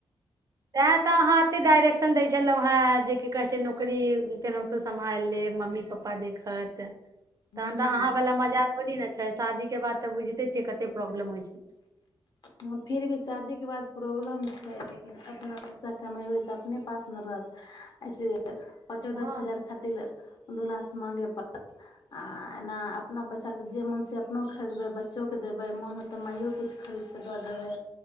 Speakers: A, on the right; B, on the left.
A: नहि तऽ अहाँ एतेक डाइरेक्शन दै छलहुँ हेँ जे की कहैत छै नौकरी केनाहितो सम्हालि लेब मम्मी पप्पा देखत तहन
B: हूँ
A: तऽ अहाँ वला मजा ओ दिन छै शादी के बाद तऽ बुझिते छियै कते प्रॉब्लम होइ छै
B: हँ फिर भी शादी के बाद प्रॉब्लम छै लेकिन अपना पैसा कमेबै तऽ अपने पास ने रहत अऐसे पाँचो
A: हँ
B: दस हजार खातिर ल दलाासमे प आ अपना पैसाे तऽ जे मोन छै अपनो खरिदबै ब चौोक देबै मन होतै माइो किछु खरीद के दऽ देबै